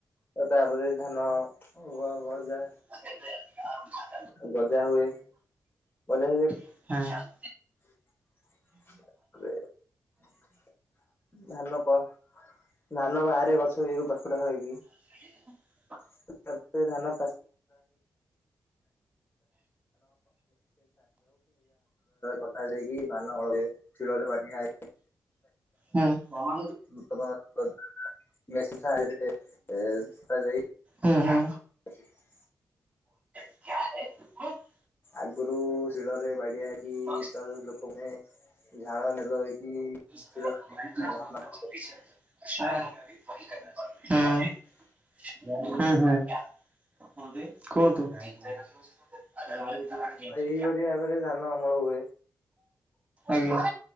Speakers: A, on the left (about 30°); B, on the right (about 20°).
A: ତ ତାପରେ ଧାନ ଗ ଗଜା
B: <unintelligible>
A: ଗଜା ହୁଏ ଗଜା ହ
B: ହୁଁ।
A: <unintelligible> ଧାନ କ ଧାନ ବାହାରେ ଗଛ ଏଇରୁ ପାଖୁଡ଼ା ହେଇକି।
B: <inaudible>
A: <unintelligible> <inaudible> କି ନିଜ ହାତ ଦାରରେ କଟା ଦେଇକି ଧାନ ବଳ ଶିଳ ରେ ବାଢିଆ ହେଇକି
B: ହୁଁ।
A: <unintelligible> ମେସିନ ସାହାଯ୍ୟ ରେ
B: ହୁଁ ହୁଁ।
A: <inaudible>
B: <inaudible>
A: ଆଗରୁ ଶିଳରେ ବାଡିଆ ହେଇକି
B: ହୁଁ
A: ତ ଲୋକମାନେ ଝାଳ ନାଳ ହେଇକି
B: ହୁ।
A: ଶିଳ ହ୍ୟାଲୋ
B: ହୁଁ ହୁଁ। କୁହନ୍ତୁ।
A: ଏଇ ଭଳି ଭାବରେ ଧାନ ଅମଳ ହୁଏ।
B: ଆଜ୍ଞା।